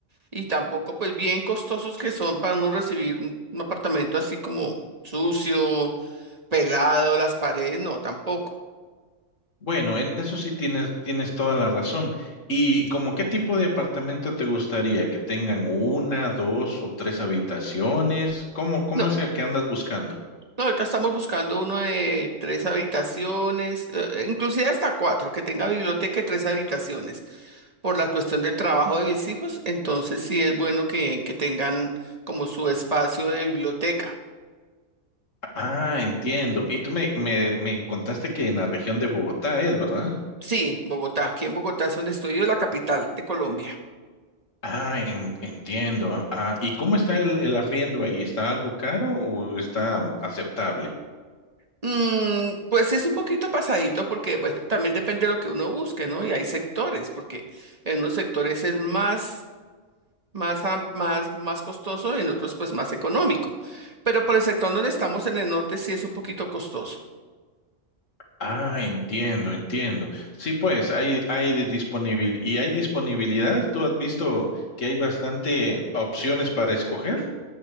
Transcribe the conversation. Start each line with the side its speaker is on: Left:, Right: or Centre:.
Right: Y tampoco, pues bien costosos que son para uno recibir un un apartamento así como sucio, pelado, las paredes, no, tampoco.
Left: Bueno, en eso sí tienes, tienes toda la razón. ¿Y como qué tipo de apartamento te gustaría? ¿Que tengan una, dos o tres habitaciones? ¿Cómo, cómo
Right: No,
Left: es el que andas buscando?
Right: no, ahorita estamos buscando uno de tres habitaciones, eh, eh, inclusive hasta cuatro, que tenga biblioteca y tres habitaciones, por la cuestión del trabajo de mis hijos, entonces sí es bueno que, que tengan como su espacio de biblioteca.
Left: Ah, entiendo. Y tú me, me, me contaste que en la región de Bogotá es, ¿verdad?
Right: Sí, Bogotá, aquí en Bogotá es donde estoy yo, la capital de Colombia.
Left: Ah, en- entiendo. Ah, ¿y cómo está el, el arriendo ahí? ¿Está algo caro o está mm, aceptable?
Right: Mm, pues es un poquito pasadito porque, bueno, también depende de lo que uno busque, ¿no? Y hay sectores, porque en unos sectores es más, más, am- más, más costoso y en otros pues más económico. Pero por el sector donde estamos en el norte sí es un poquito costoso.
Left: Ah, entiendo, entiendo. Sí, pues hay, hay de disponibilidad y hay disponibilidad. ¿Tú has visto que hay bastante opciones para escoger?